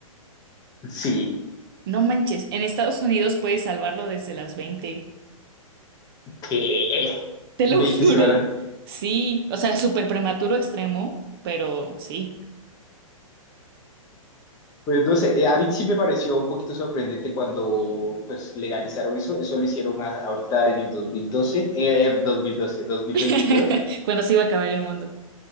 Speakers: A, on the left; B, on the right.
A: Sí,
B: No manches, en Estados Unidos puedes salvarlo desde las 20.
A: ¿qué?
B: te
A: veinte
B: lo <laughs> juro.
A: semanas.
B: Sí, o sea, súper prematuro extremo, pero sí.
A: Pues no sé, eh, a mí sí me pareció un poquito sorprendente cuando pues legalizaron eso, eso lo hicieron a- ahorita en el 2012, eh, en dos dos mil doce, dos mil
B: <laughs>
A: veintidós.
B: Cuando se iba a acabar el mundo.